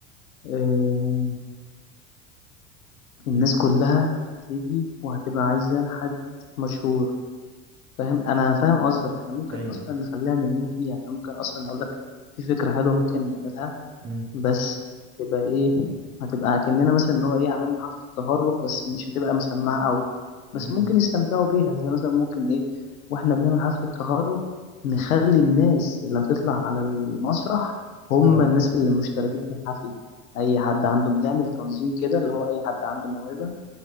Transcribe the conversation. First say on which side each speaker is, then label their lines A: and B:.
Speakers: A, on the left; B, on the right.
A: آه الناس
B: امم
A: كلها هتيجي وهتبقى عايزة حد مشهور فاهم انا فاهم قصدك احنا ممكن
B: ايوه
A: اصلا نخليها من مين فيها احنا ممكن اصلا اقول لك في فكره حلوه ممكن نعملها
B: امم
A: بس تبقى ايه هتبقى كأننا مثلا ان هو ايه عملنا حفله تخرج بس مش هتبقى مسمعه قوي بس
B: امم
A: ممكن يستمتعوا بيها زي مثلا ممكن ايه واحنا بنعمل حفله تخرج نخلي الناس اللي هتطلع على المسرح هم
B: اه
A: الناس اللي مشتركين في الحفله اي حد عنده بنعمل تنظيم كده اللي هو اي حد عنده موهبه